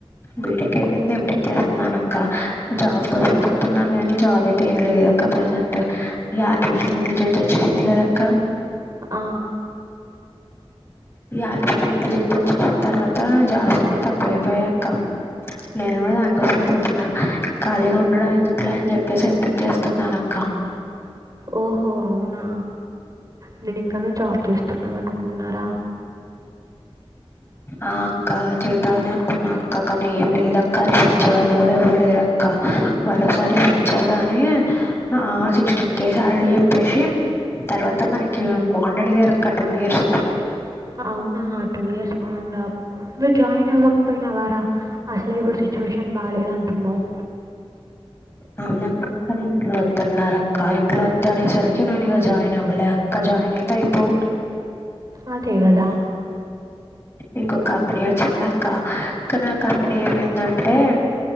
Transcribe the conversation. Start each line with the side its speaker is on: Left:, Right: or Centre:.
Left: బీటెక్ అయిపోయింది ఎటెక్ చేస్తున్నాన అక్క జాబ్ కోసం ఎతుకుతున్నాను కాని జాబ్ అయితే ఏం లేదు అక్క ప్రసెంట్ ఈ ఆర్టిఫిషియల్ ఇంటెలిజెన్స్ వచ్చేసింది కదక్క
Right: ఆ
Left: ఈ ఆర్టిఫిషియల్ ఇంటెలిజెన్స్ వచ్చేసిన తర్వాత జాబ్స్ అన్నీ తక్కువైపోయా అక్క నేను కూడా దానికోసం ఎతుకుతున్నా ఖాళీగా ఉండడం ఎందుకులే అని చెప్పేసి యంటెక్ చేస్తున్నా అక్క
Right: ఓహో అవునా నేను ఇంకాను జాబ్ చేస్తున్నావ్ అనుకున్నారా
Left: ఆ అక్క చేద్దామని అనుకున్నా అక్క కానీ ఏం లేదు అక్క రిఫర్చ్చ వాళ్ళు కూడా ఇవ్వలేరు అక్క వాళ్ళు ఒకసారి రిఫర్చ్చారు గానీ ఆ సిక్స్టీన్ కేస్ చెప్పేసి తర్వాత మనకి బాండ్ అడిగారు అక్క టూ ఇయర్స్
Right: అవునా టూ ఇయర్స్ బాండ్ ఆ మీరీ జాయిన్ అవ్వకపోయినా వారా అసలే ఇప్పుడు సిచ్యువేషన్ బాలేద అంటున్నావు
Left: అవును అక్క ఇంట్లో వదున్నారు అక్క ఇంట్లో వదు అనేసరికి నను ఇక జాయిన్ అవ్వలే అక్క జాయిన్ అయితే అయిపో
Right: అదే కదా
Left: ఇంకొ కంపెనీ వచ్చింది అక్క కానీ ఆ కంపెనీ ఏమైందంటే